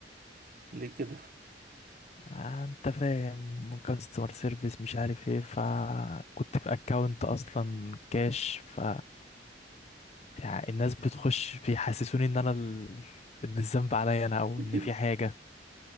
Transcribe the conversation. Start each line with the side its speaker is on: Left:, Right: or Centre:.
Right: ليه كده؟
Left: آه انت فاهم كاستمر سيرفيس مش عارف ايه فكنت في اكونت اصلا كاش ف يعني الناس بتخش بيحسسوني ان انا ال... ان الذنب عليا انا او
Right: <laughs>
Left: ان في حاجة